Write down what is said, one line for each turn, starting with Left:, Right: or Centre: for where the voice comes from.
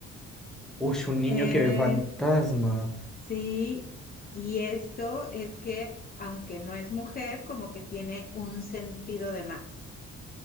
Centre: Uy, un niño
Left: Eh,
Centre: que ve fantasma.
Left: sí, y esto es que, aunque no es mujer, como que tiene un sentido de más.